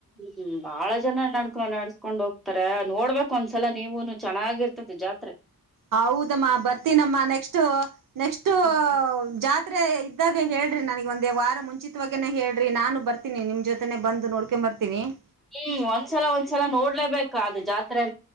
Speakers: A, in the centre; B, on the right (about 65°).
A: ಹ್ಮ್, ಬಾಳ ಜನ ನಡ್ಕೊ -ನಡ್ಸ್ಕೊಂಡ್ ಹೋಗ್ತಾರೆ. ನೋಡ್ಬೇಕ್ ಒಂದ್ಸಲ ನೀವುನು ಚೆನ್ನಾಗಿರ್ತತಿ ಜಾತ್ರೆ.
B: ಹೌದಮ್ಮ ಬರ್ತೀನಮ್ಮ ನೆಕ್ಸ್ಟ್- ನೆಕ್ಸ್ಟ್
A: ಹ್ಮ್
B: ಜಾತಿ- ಇದ್ದಾಗ ಹೇಳ್ರಿ ನನಗೆ ಒಂದೇ ವಾರ ಮುಂಚಿತವಾಗನೆೇ ಹೇಳ್ರಿ. ನಾನು ಬರ್ತೀನಿ ನಿಮ್ ಜೊತೆನೆೇ ಬಂದು ನೋಡ್ಕೊಂಬ ಬರ್ತೀನಿ <inaudible>
A: ಹ್ಮ್, ಒಂದ್ಸಲ -ಒಂದ್ಸಲ ನೋಡ್ಲೇಬೇಕ ಅದು ಜಾತ್ರೆ.